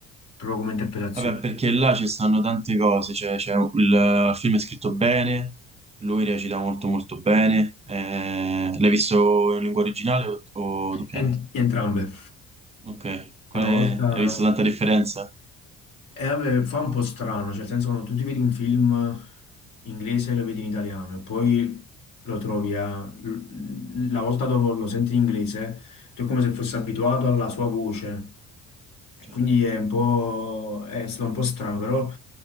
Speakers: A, on the left (about 65°); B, on the right (about 20°).
A: proprio come interpretazione.
B: Vabbè, perché là ci stanno tante cose, cioè, c'è un- il, il film è scritto bene, lui recita molto molto bene. eh, l'hai visto in lingua originale o, o doppiato?
A: Ent- Entrambe.
B: Ok, Quale-
A: Una volta...
B: hai visto tanta differenza?
A: E vabbè, fa un po' strano, cioè nel senso quando tu ti vedi un film inglese e lo vedi in italiano e poi lo trovi a... l- la volta dopo lo senti in inglese, tu è come se fossi abituato alla sua voce. E
B: Certo,
A: quindi è un po'... è stato un po' strano, però